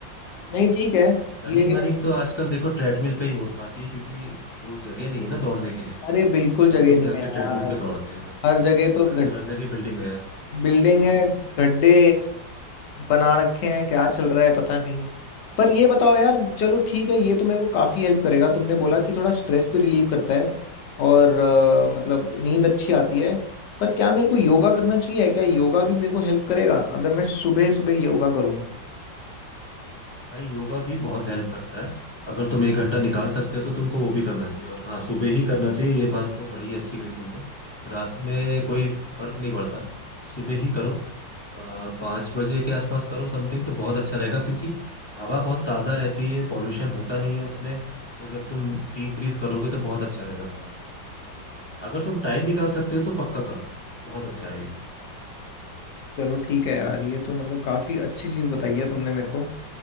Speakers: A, on the left (about 20°); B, on the left (about 65°).
A: हम्म
B: नहीं ठीक है
A: रनिंग
B: ये
A: वनिंग तो आजकल देखो ट्रेडमिल पे ही हो पाती है क्योंकि वो जगह नहीं है ना दौड़ने के लिए
B: अरे बिल्कुल
A: तो सब
B: जगह
A: लोग
B: नहीं
A: जाके
B: है
A: ट्रेडमिल
B: यार
A: पे दौड़ते हैं वही
B: हर जगह
A: वही
B: तो घट
A: आजकल हर जगह बिल्डिंग है
B: बिल्डिंग
A: हम्म
B: है गड्ढे बना रखे हैं क्या चल रहा है पता नहीं पर ये बताओ यार चलो ठीक है ये तो मेरे को काफी हेल्प करेगा तुमने बोला कि थोड़ा स्ट्रेस भी रिलीव करता है और अ,
A: हम्म।
B: मतलब नींद अच्छी आती है पर क्या मेरे को योगा करना चाहिए क्या योगा भी मेरे को हेल्प करेगा अगर मैं सुबह सुबह योगा करूं
A: भाई योगा भी बहुत हेल्प करता है अगर तुम एक घंटा निकाल सकते हो तो तुमको वो भी करना चाहिए और हाँ सुबह ही करना चाहिए ये बात तो बड़ी अच्छी कही तुमने रात में कोई फर्क नहीं पड़ता सुबह ही करो आ, पाँच बजे के आसपास करो समथिंग तो बहुत अच्छा रहेगा क्योंकि हवा बहुत ताज़ा रहती है पॉल्यूशन होता नहीं है उसमें तो जब तुम डीप ब्रीथ करोगे तो बहुत अच्छा रहेगा तुम्हारे लिए अगर तुम टाइम निकाल सकते हो तो पक्का करो बहुत अच्छा है ये
B: चलो ठीक है यार ये तो मतलब काफी अच्छी चीज बताई है तुमने मेरे को